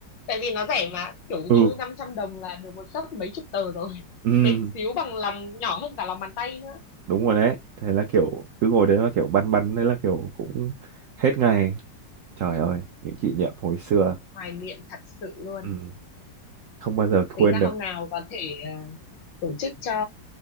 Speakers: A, on the left (about 80°); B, on the right (about 75°).
A: tại vì nó rẻ mà kiểu
B: ừ
A: như 500 đồng là được một xấp mấy chục tờ rồi
B: ừ
A: bé xíu bằng lòng nhỏ hơn cả lòng bàn tay nữa
B: đúng rồi đấy thế là kiểu cứ ngồi đấy là kiểu băn băn đấy là kiểu cũng hết ngày trời ơi những kỷ niệm hồi xưa
A: hoài niệm thật sự luôn
B: ừ. không bao giờ
A: tính
B: quên
A: ra
B: được
A: hôm nào có thể ờ, tổ chức cho